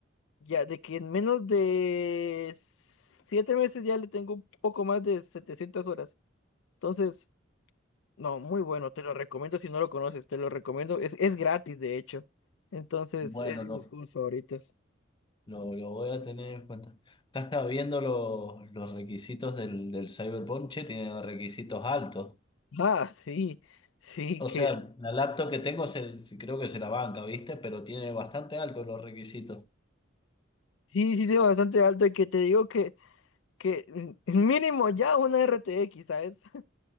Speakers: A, on the left; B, on the left.
A: ya de que en menos de siete meses ya le tengo un poco más de 700 horas. Entonces, No, muy bueno, te lo recomiendo si no lo conoces, te lo recomiendo, es, es gratis de hecho, entonces
B: bueno,
A: es de
B: lo
A: mis juegos favoritos.
B: lo, lo voy a tener en cuenta. Acá estaba viendo los, los requisitos del, del Cyberpunk, che, tiene requisitos altos.
A: Ah, sí, sí,
B: O
A: que
B: sea, la laptop que tengo se, se- creo que se la banca, ¿viste? Pero tiene bastante altos los requisitos.
A: sí, sí, de bastante alto y que te digo que, que mm, mínimo ya una RTX, ¿sabes? <laughs>